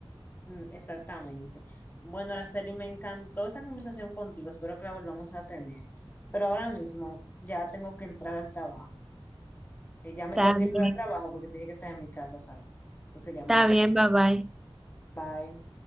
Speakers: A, on the left; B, in the centre.
A: mm, exactamente. Bueno, Araceli, me encantó esta conversación contigo, espero que la volvamos a tener. Pero ahora mismo ya tengo que entrar al trabajo. Eh, ya me
B: Está
A: tengo que
B: bien,
A: ir para el trabajo porque te dije que estás en mi casa, ¿sabes? Entonces ya me
B: está
A: voy.
B: bien, bye bye.
A: Bye.